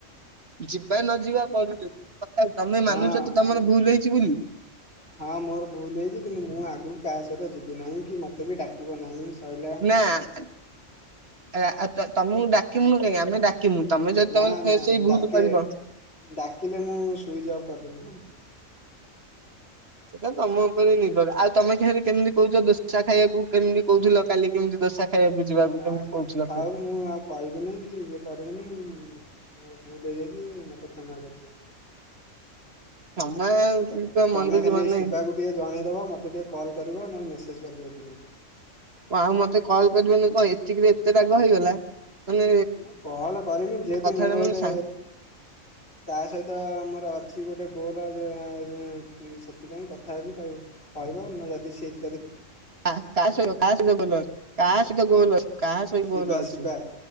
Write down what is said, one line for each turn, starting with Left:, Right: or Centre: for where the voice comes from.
Right: ଯିବା ନ ଯିବା ପର <unintelligible> ତମେ
Left: ହଁ
Right: ମାନୁଛ ତ ତମର ଭୁଲ ହେଇଛି ବୋଲି।
Left: ହଁ, ମୋର ଭୁଲ ହେଇଛି। କିନ୍ତୁ, ମୁଁ ଆଗକୁ କାହା ସହିତ ଯିବି ନାହିଁ, କି ମତେ ବି ଡାକିବ ନାହିଁ? ସଇଲା।
Right: ଆଁ ଆ-ତମକୁ ଡାକିମୁନୁ କାହିଁ, ଆମେ ଡାକ <inaudible> କି ମୁଁ ତମେ ଯଦି
Left: ନା
Right: ତମେ ଫେର୍
Left: ନା
Right: ସେଇ
Left: ଡାକେ
Right: ଭୁଲ୍ କରିବ।
Left: ଡାକିଲେ ମୁଁ, ସୁଇଜ ଅଫ୍ କରିଦେମି ହେନା।
Right: ସେଟା ତମ ଉପରେ ନିର୍ଭର। ଆଉ ତମେ ଖାଲି କେମିତି କହୁଛ ଦୋସା ଖାଇଆକୁ କେମିତି କହୁଥୁଲ, କାଲି କେମିତି ଦୋସା ଖାଇବାକୁ ଯିବାକୁ
Left: ନା,
Right: କେମିତି
Left: ନା,
Right: କହୁଥିଲ
Left: ଥାଉ
Right: ଫେରେ।
Left: ମୁଁ ଆଉ ଖାଇବିନି କି, ଇଏ କରିବିନି, ମୋର ଭୁଲ ହେଇଯାଇଛି। ମୋତେ କ୍ଷମା କରିଦିଅ।
Right: କ୍ଷମା
Left: ତ
Right: କଣ
Left: ତମେ
Right: ମଣିଷ
Left: ଖାଲି
Right: ଜୀବନ
Left: ଶିବାକୁ
Right: ନାଇଁ?
Left: ଟିକେ ଜଣେଇ ଦବ। ମୋତେ ଟିକେ କଲ୍ କରିବ। ନନେ ମେସେଜ୍ କରିବ ଟିକେ।
Right: କଁ ଆଉ ମତେ କଲ୍ କରିବନି କଁ? ଏତିକିରେ ଏତେ ରାଗ ହେଇଗଲା? ମାନେ
Left: ନା କଲ୍ କରିମିନି, ଯେହେତୁ
Right: କଥାଟା
Left: ମୋର
Right: ମାନେ
Left: ଗୋଟେ ତା' ସହିତ ମୋର ଅଛି ଗୋଟେ ଗୋଲ, ଯେ-ଯେଁ ସେଥିପାଇଁ କଥା ହେବି ତାକୁ କହିବ ନା, ଯଦି ସେ କରି
Right: କାହା, କାହା ସହିତ! କାହା ସହିତ ଗୋଲ୍ ଅ? କାହା ସହିତ ଗୋଲ୍ ଅଛ୍? କାହା ସହି
Left: ଶିବା
Right: ଗୋଲ୍ ଅଛି?
Left: ଶିବା